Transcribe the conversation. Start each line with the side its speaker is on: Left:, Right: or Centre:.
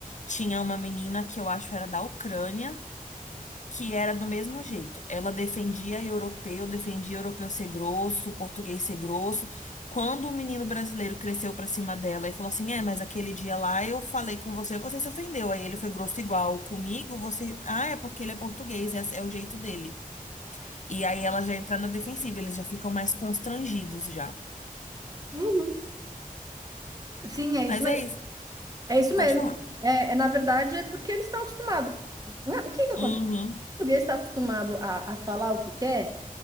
Left: tinha uma menina que eu acho era da Ucrânia, que era do mesmo jeito. Ela defendia europeu, defendia europeu ser grosso, português ser grosso. Quando o menino brasileiro cresceu pra cima dela e falou assim: É, mas aquele dia lá eu falei com você, você se ofendeu. Aí ele foi grosso igual comigo, você. Ah, é porque ele é português, é, é o jeito dele. E aí ela já entra na defensiva, eles já ficam mais constrangidos já.
Right: Uhum. Sim, é
Left: Mas
Right: isso mesmo.
Left: é isso,
Right: É isso mesmo.
Left: pode falar.
Right: É, é, na verdade, é porque eles estão acostumados. Não é- O que que acontece?
Left: Uhum,
Right: O português está acostumado a, a falar o que quer,